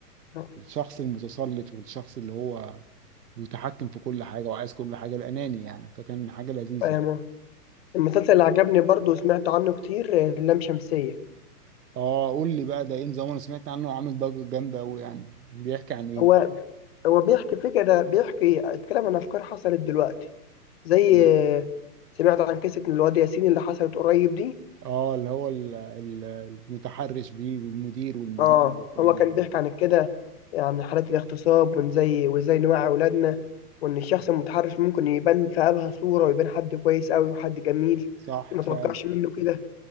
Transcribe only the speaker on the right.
الشخص المتسلط والشخص اللي هو متحكم في كل حاجة وعايز كل حاجة الأناني يعني فكان حاجة لذيذة
يعني
اه قول لي بقى ده ايه نظام انا سمعت عنه عامل ضجة جامدة قوي يعني بيحكي عن ايه
تمام
اه اللي هو ال- ال- المتحرش بيه والمدير والمديرة
والكلام
ده
صح
فعلا